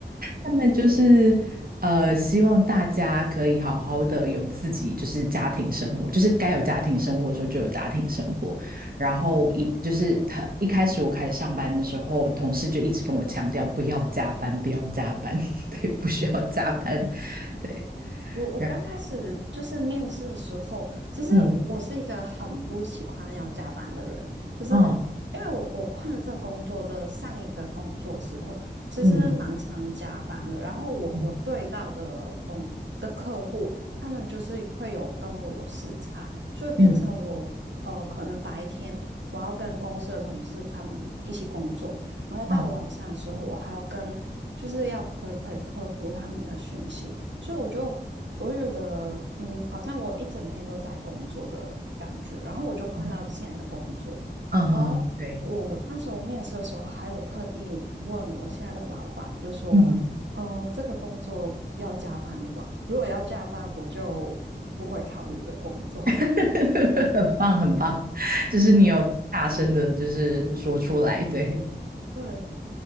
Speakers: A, on the right; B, on the right.
A: 他们就是呃，希望大家可以好好的有自己就是家庭生活，就是该有家庭生活的时候就有家庭生活。然后一就是他一开始我开始上班的时候，同事就一直跟我强调不要加班，不要加班，<laughs> 对，不需要加班，对，
B: 我我刚开始就是面试的时候，
A: 然后
B: 其实我是一个很不喜欢要加班的人，
A: 嗯，
B: 就是
A: 哦，
B: 因为我我换了这个工作的上一个工作的时候，其实蛮常加班的。
A: 嗯
B: 然后我我对到的工的客户，
A: 嗯
B: 他们就是会有跟我有时差，所以变成我呃可能白天我要跟公司的同事他们一起工作，
A: 嗯，
B: 然后到晚上的时候我还要跟就是要回馈客户他们的讯息。
A: 哦，
B: 所以我就我就觉得，嗯，好像我一整天都在工作的感觉，然后我就换到现在的工作，
A: 嗯嗯哼，
B: 然后我那时候面试的时候，
A: 对，
B: 还有特地问我现在的老板，就说，
A: 嗯，
B: 呃，这个工作要加班的吗？如果要加班，我就不会考虑这个工作。
A: <laughs>
B: <laughs>
A: 很棒很棒，就是你有大声的，就是说出来，对，
B: 对，